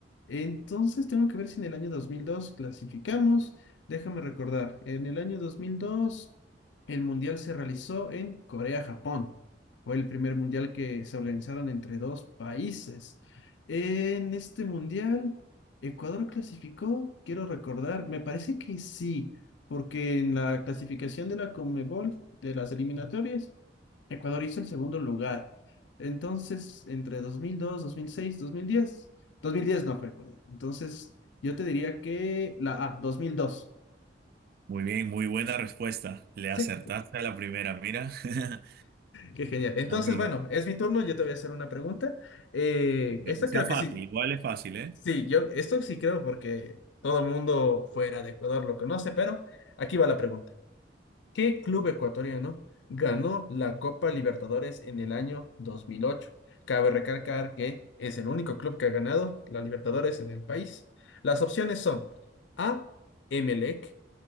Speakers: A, on the left; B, on the right.
A: Entonces tengo que ver si en el año 2002 clasificamos. Déjame recordar, en el año 2002 el mundial se realizó en Corea-Japón. Fue el primer mundial que se organizaron entre dos países. En este mundial, Ecuador clasificó, quiero recordar, me parece que sí, porque en la clasificación de la Conmebol, de las eliminatorias, Ecuador hizo el segundo lugar. Entonces, entre dos dos, dos dos mil mil mil seis, diez, dos mil diez no fue Ecuador. Entonces, yo te diría que la A, dos mil dos,
B: Muy bien, muy buena respuesta. Le
A: Sí,
B: acertaste a la primera, mira. <laughs> Está
A: qué genial. Entonces,
B: muy
A: bueno,
B: bien.
A: es mi turno. Yo te voy a hacer una pregunta. Eh,
B: Que
A: esta
B: sea
A: creo
B: fácil,
A: que sí.
B: igual es fácil, ¿eh?
A: Sí, yo esto sí creo porque todo el mundo fuera de Ecuador lo conoce, pero aquí va la pregunta. ¿Qué club ecuatoriano ganó la Copa Libertadores en el año 2008? Cabe recalcar que es el único club que ha ganado la Libertadores en el país. Las opciones son A, Emelec,